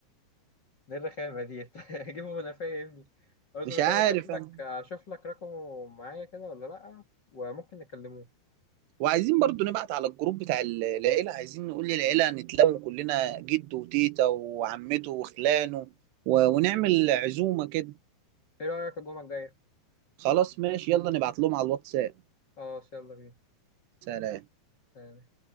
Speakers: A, on the left; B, on the right.
A: ايه الرخامة دي <laughs> اجيبه من قفايا يا ابني اصبر
B: مش
A: كده
B: عارف
A: اشوف لك
B: انا
A: اشوف لك رقمه معايا كده ولا لأ وممكن نكلموه
B: وعايزين برضو نبعت على الجروب بتاع ال- العيلة عايزين نقول للعيلة نتلم كلنا جده وتيتا وعمته وخلانه و... ونعمل عزومة كده
A: ايه رأيك الجمعة الجاية
B: خلاص ماشي يلا نبعت لهم على الواتساب
A: خلاص يلا بينا
B: سلام
A: سلام.